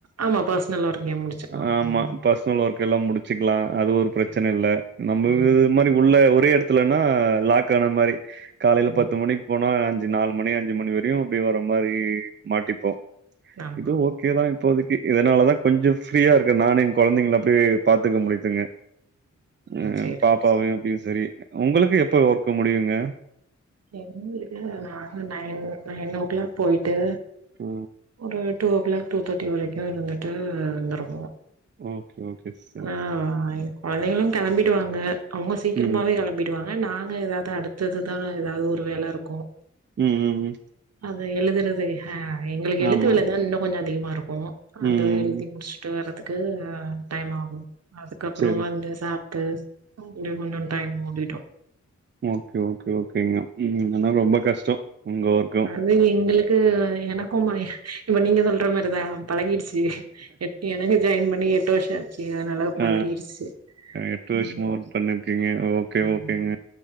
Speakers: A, on the right; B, on the right.
A: ஆமா பர்சனல் ஒர்க்கையு முடிச்சிக்லா
B: ஆமா.
A: ம்
B: பர்சனல் ஒர்க்கெல்லா முடிச்சுக்லா அது ஒரு பிரச்சன
A: சேரி
B: இல்ல நம்ம
A: ம்
B: இது மாரி இது உள்ள ஒரே எடத்துலன்னா லாக் ஆன மாரி காலைல
A: ம்
B: பத்து மணி போனா அஞ்சு நால் மணி அஞ்சு மணி வரையு அப்டி வர மாரீ மாட்டிப்போ
A: ஆமா
B: இது ஒ க்கேதா இப்போதைக்கி இதனாலதா கொஞ்சோ ஃப்ரீயா இருக்கே நானு எங் கொழந்தைங்கள அப்டியே பாத்துக்க முடியுதுங்க ம்
A: சேரி
B: பாப்பாவையு
A: சேரி சேரி
B: அபியு செரி உங்களுக்கு எப்ப ஒர்க்கு முடியுங்க
A: எங்ளுக்கு நாங்க நயன் நயன் ஓ கிளாக் போய்ட்டு
B: ஆ.
A: ஒரு டூ ஓ கிளாக் டூ தேட்டி வரைக்கு இருந்துட்டு வந்துருவோ
B: ம் ஓகே ஓகே சிஸ்
A: ஆ எங் கொழந்தைகளு கெளம்பிடுவாங்க அவுங்க சீக்கிரமாவே
B: ம்.
A: கெளம்பி டுவாங்க நாங்க ஏதாவது அடுத்ததுதா ஏதாவது ஒரு வேல இருக்கு
B: ம் ம் ம்
A: அது எழுதறது ஆ எங்களுக்கு எழுத்து
B: ஆமா.
A: வேலை தா இன்னு கொஞ்சோ அதிகமா இருக்கு
B: ம்.
A: அந்த எழ் தி முடிச்சுட்டு வர்றதுக்கு டைம் ஆகு அதுக்கப்பற
B: சரி.
A: வந்து சாப்ட்டு ம் இங்க கொஞ்சோ டைம் ஓடிடு
B: ஓக்கே ஓக்கே ஓக்கேங்க ம் ஆனா ரொம்ப கஷ்டோ உங்க ஒர்
A: அது எங்களுக்கு எனக்கும் இப்ப நீங்க சொல்ற மாரிதா பழகிடுச்சு எட் எனக்கு ஜாயின் பண்ணி எட்டு வருஷோ ஆச்சு அதனால
B: ஆ
A: பழகிடுச்சு
B: எட்டு வருஷமா
A: ம்
B: ஒர்க் பண்ணிருக்கீங்க ஓக்கே
A: ம்.
B: ஓக்கேங்க